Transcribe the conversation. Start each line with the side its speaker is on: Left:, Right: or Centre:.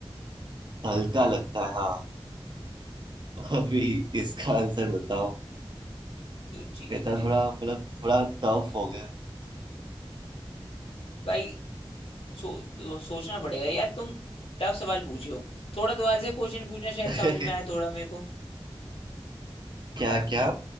Right: हल्का लगता है हाँ अभी इसका आंसर बताओ
Left: जो ची-
Right: ये तो
Left: जि,
Right: थोड़ा मतलब थोड़ा टफ हो गया
Left: भाई सो, सोचना पड़ेगा यार तुम टफ सवाल पूछो थोड़ा दोबारा से क्वेश्चन पूछना शायद
Right: <laughs>
Left: समझ में आए थोड़ा मेरे को
Right: क्या क्या